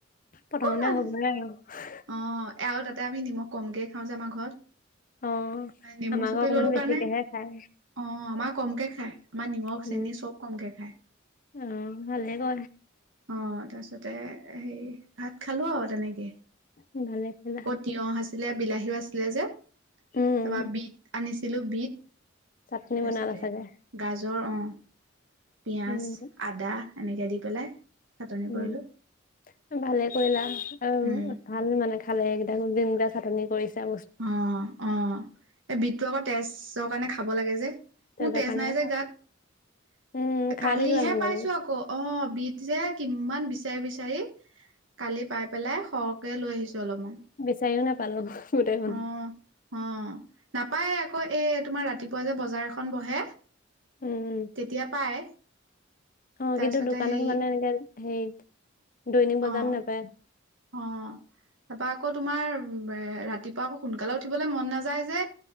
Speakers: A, on the right; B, on the left.
A: অকণমান
B: প্ৰথমতে হ'ব <unintelligible>
A: অ' এ আৰু তাতে আমি নিমখ কমকেই খাওঁ যে আমাৰ ঘৰত।
B: অ',
A: নেমু
B: আমাকো
A: চেপি
B: অকমান
A: ললোঁ
B: বেছিকেহে
A: কাৰণে অ'আমাৰ
B: খায়।
A: কমকে খায় আমাৰ নিমখ,
B: উম,
A: চেনি চব কমকে খায়।
B: অ' ভালে ক
A: অ' তাৰপিছতে হেই ভাত খালোঁ আৰু তেনেকে।
B: উম, ভালে কৰিলা।
A: তিয়ঁহ আছিলে বিলাহীও আছিলে যে
B: উম,
A: তাপা বিট আনিছিলোঁ বিট
B: চাটনি
A: তাৰপিছতে
B: বনালা চাগে?
A: গাজৰ অহ, পিয়াজ
B: উম,
A: আদা এনেকে দি পেলাই চাটনি
B: উম,
A: কৰিলো
B: উম ভালে কৰিলা আৰু
A: উম
B: ভাল হয় মানে খালে এই কেইটা <unintelligible> চাটনি কৰিছে
A: অ'অ'এ বিতটো আকৌ তেচছৰ কাৰণে খাব লাগে যে।
B: তেজৰ
A: মোৰ তেজ
B: কাৰণে
A: নাই যে গাত
B: উম,
A: এ
B: খাই
A: কালিহে
B: থাকিবা মাজে
A: পাইছোঁ
B: মাজে
A: আকৌ। অ'বিট যে কিমান বিচাৰি, বিচাৰি কালি পাই পেলাই সৰহকে লৈ আহিছোঁ অলপমান।
B: <unintelligible> নাপালোঁ গোটেই খন।
A: অ অ' নাপায়ে আকৌ এ, তোমাৰ ৰাতিপুৱা যে বজাৰ এখন বহে
B: উম।
A: তেতিয়া পাই।
B: অ'কিন্তু
A: তাৰপিছতে
B: দোকানত
A: হেৰি
B: মানে এনেকে হেৰিত দৈনিক বজাৰ
A: অ
B: নাপায়।
A: অ', তাপা আকৌ তোমাৰ ৰাতিপুৱা আকৌ সোনকালে উঠিবলে মন নাযায় যে।